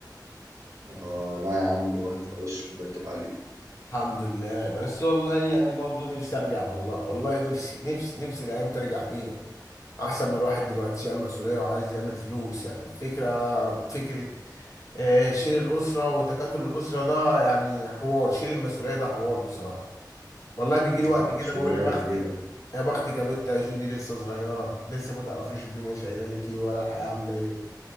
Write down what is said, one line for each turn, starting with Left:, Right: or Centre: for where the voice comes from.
Right: اه لا يا عم الواحد خلاص مرتب عليه
Left: الحمد لله بس والله يعني برضه نفسي ارجع والله والله نفسي نفسي نفسي الايام ترجع بينا احسن ما الواحد دلوقتي شايل مسؤوليه وعايز يعمل فلوس يعني الفكره فكره آه، شيل الاسره وتكاتل الاسره ده يعني حوار شيل المسؤوليه ده حوار بصراحه والله بيجي لي وقت
Right: اه مسؤوليه
Left: كده بقول يا بختك
Right: كبيره
Left: يا بختك يا بنت يا جودي لسه صغيره لسه ما تعرفيش الدنيا شايله لك ايه ولا الحياه عامله ايه